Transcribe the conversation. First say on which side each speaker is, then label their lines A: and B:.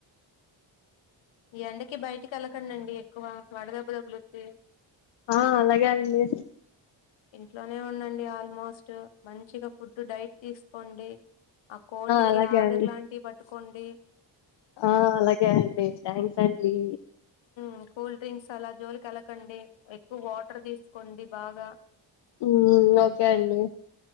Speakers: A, on the left; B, on the left.
A: ఈ ఎండకి బయటికి వెళ్లకండండి ఎక్కువ వడదెబ్బ తగులుద్ది
B: ఆ అలాగే అండి
A: ఇంట్లోనే ఉండండి ఆల్మోస్ట్ మంచిగా ఫుడ్ డైట్ తీసుకోండి ఆ కోల్డ్
B: అలాగే
A: కి ఆవిరి
B: అండి
A: లాంటియి పట్ ట్టుకొండీ
B: ఆ అలాగే అండి థ్యాంక్స్ అండీ
A: మ్ కూల్ డ్రింక్స్ అలా జోలికెల్లకండి ఎక్కువ వాటర్ తీసుకోండి బాగా
B: హు ఓకే అండి